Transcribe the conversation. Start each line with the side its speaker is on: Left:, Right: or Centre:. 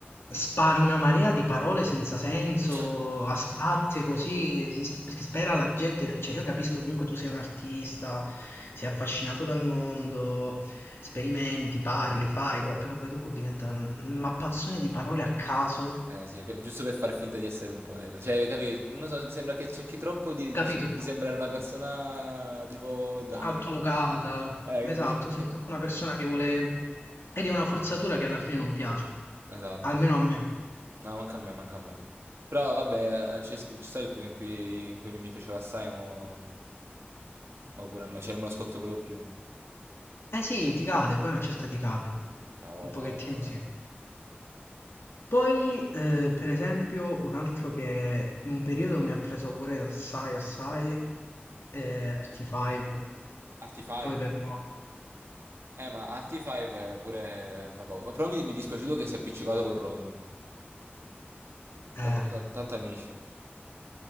Left: spara una marea di parole senza senso,
Right: <laughs>
Left: astratte così, si s- che spera la gente, cioè io capisco che comunque tu sei un artista, sei affascinato dal mondo, sperimenti, parli, fai, co- però poi dopo diventa un mappazzone di parole a caso,
Right: Eh sì, pe- giusto per far finta di essere un poeta. Cioè, capi? Non so, sembra che cerchi troppo di,
Left: capito?
Right: di sem- di sembrare una persona tipo Dante.
Left: Altolocata,
Right: Eh,
Left: esatto,
Right: capi?
Left: sì,
Right: <laughs>
Left: troppo una persona che vuole... ed è una forzatura che alla fine non piace,
Right: Esatto.
Left: almeno a me.
Right: No, manca a me, manca a me. Però vabbè, eh, c'è c'è stato il periodo in cui, in cui mi piaceva assai, mo, mo pure a me, cioè non me lo ascolto proprio più.
Left: Eh sì, ti cade, poi una certa ti cade,
Right: Ah, voglia,
Left: un pochettino
Right: voglia, voglia.
Left: sì. Poi, eh, per esempio, un altro che un periodo mi ha preso pure assai, assai, eh, RT5,
Right: RT5?
Left: poi però...
Right: Eh, ma RT5 pure fa paura. Però mi, mi è dispiaciuto che si è appiccicato col Rondo. Tanto,
Left: Eh,
Right: tan- tanto amici.